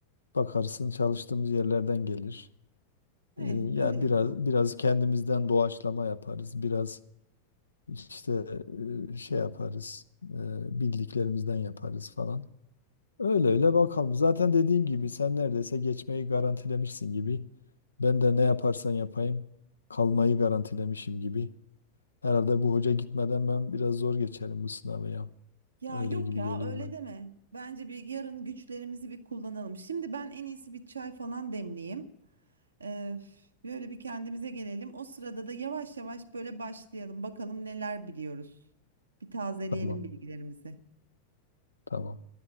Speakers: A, on the left (about 75°); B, on the right (about 75°).
A: Bakarsın çalıştığımız yerlerden gelir.
B: Eh,
A: E, ya
B: öyle yapalım.
A: biraz biraz kendimizden doğaçlama yaparız. Biraz İşte e, şey yaparız, e, bildiklerimizden yaparız falan. Öyle öyle bakalım. Zaten dediğim gibi sen neredeyse geçmeyi garantilemişsin gibi. Ben de ne yaparsan yapayım kalmayı garantilemişim gibi. Herhalde bu hoca gitmeden ben biraz zor geçerim bu sınavı ya.
B: Ya
A: Öyle
B: yok
A: gibi
B: ya
A: geliyor
B: öyle
A: bana.
B: deme. Bence bir yarın güçlerimizi bir kullanalım. Şimdi ben en iyisi bir çay falan demleyeyim. Ee, böyle bir kendimize gelelim. O sırada da yavaş yavaş böyle başlayalım. Bakalım neler biliyoruz. Bir tazeleyelim
A: Tamam,
B: bilgilerimizi.
A: tamam.